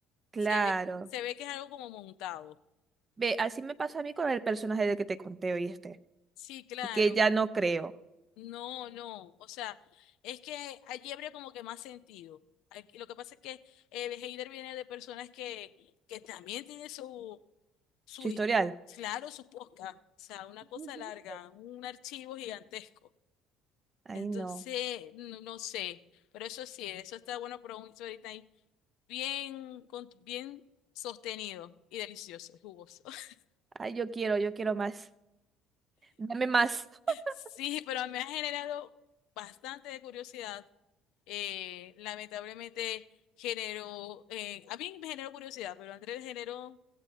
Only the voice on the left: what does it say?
Se ve, se ve que es algo como montado.
Sí, claro,
no, no, o sea, es que allí habría como que más sentido. Aquí- lo que pasa es que el hater viene de personas que, que también tienen sus su,
his- claro, su podcast, o sea, una cosa
larga, un archivo gigantesco.
Entonces,
no, no sé, pero eso sí, eso está bueno para un ahorita ahí, bien, con- bien sostenido y delicioso, y jugoso. <laughs>
Sí, pero me ha generado bastante de curiosidad. eh, lamentablemente generó, eh, a mí me generó curiosidad, pero a Andrés le generó